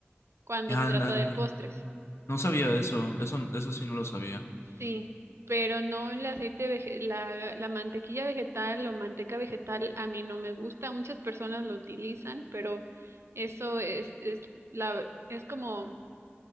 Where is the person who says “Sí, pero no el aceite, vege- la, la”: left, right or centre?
Right